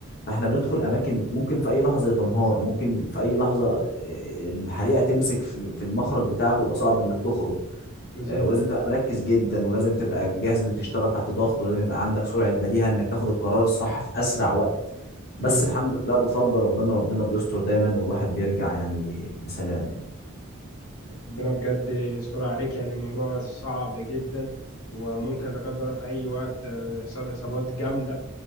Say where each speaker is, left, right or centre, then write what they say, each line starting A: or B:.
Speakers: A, on the left; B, on the left.
A: فاحنا بندخل اماكن ممكن في اي لحظه تنهار ممكن في اي لحظه آه، الحريقه تمسك في في المخرج بتاعك ويبقى صعب انك تخرج
B: بالظبط
A: آه، ولازم تبقى مركز جدا ولازم تبقى جاهز انك تشتغل تحت ضغط ولازم يبقى عندك سرعة بديهة انك تاخد القرار الصح في اسرع وقت
B: مهم.
A: بس الحمد لله بفضل ربنا ربنا بيستر دايما والواحد بيرجع يعني بسلام
B: ربنا بجد يستر عليك يعني الموضوع صعب جدا وممكن لا قدر الله في أي وقت آه، يحصل إصابات جامدة